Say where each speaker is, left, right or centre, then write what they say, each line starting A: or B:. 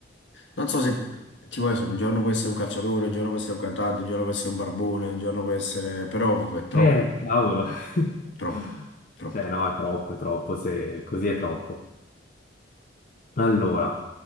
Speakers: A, on the left (about 70°); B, on the left (about 45°).
A: non so se ti puoi, essere, un giorno puoi essere un calciatore, un giorno puoi essere un cantante, un giorno puoi essere un barbone, un giorno puoi essere, però è troppo,
B: Eh, cavolo.
A: troppo,
B: <laughs>
A: troppo.
B: Cioè no, è troppo, è troppo, se così è troppo. Allora,